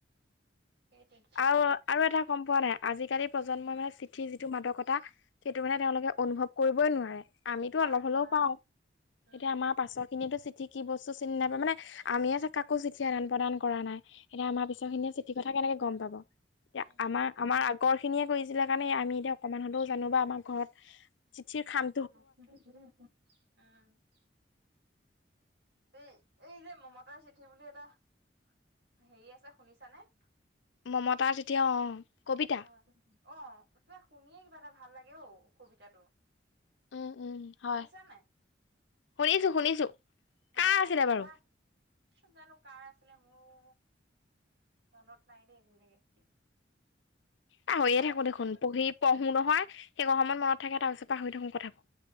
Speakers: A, on the right (about 65°); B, on the left (about 85°).
A: সেইটোৱে
B: আৰু আৰু এটা গ'ম পোৱা নাই, আজিকালি প্ৰজন্মই মানে চিঠি যিটো মাদকতা সেইটো মানে তেওঁলোকে
A: উম
B: অনুভৱ কৰিবই নোৱাৰে। আমিতো
A: নোৱাৰে
B: অলপ হ'লেও
A: নোৱাৰে
B: পাওঁ।
A: উম
B: এতিয়া আমাৰ পাছৰ খিনিয়েটো চিঠি কি বস্তু চিনি নাপায়, মানে আমিয়ে কাকো চিঠি আদান প্ৰদান কৰা নাই। এতিয়া আমাৰ পিছৰ খিনিয়ে চিঠি কথা কেনেকে গ'ম পাবোঁ। এতিয়া
A: উম
B: আমাৰ আমাৰ আগৰ খিনিয়ে কৰিছিলে কাৰণে আমি এতিয়া অকণমান হ'লেও বা আমাৰ ঘৰত চিঠিৰ খাম
A: অ'। এই এই যে মমতাৰ চিঠি বুলি এটা হেৰি আছে শুনিছানে?
B: মমতাৰ চিঠি অ' অ'। কবিতা
A: অ' কিবা শুনিয়েই কিবা এটা ভাল লাগে ঔ কবিতাটো।
B: উম উম হয়
A: শুনিছানে নাই?
B: শুনিছো শুনিছো কাৰ
A: অহ'
B: আছিলে
A: কিবা
B: বাৰু
A: কি জানোঁ কাৰ আছিলে। মোৰো মনত নাই দেই তেনেকে?
B: পাহৰিয়ে
A: কাৰ
B: থাকোঁ
A: আছিলে
B: দেখোন,
A: বা
B: পঢ়ি পঢ়ো নহয়, সেইকন সময় মনত থাকে। তাৰ পিছত পাহৰি থাকোঁ কথাবোৰ।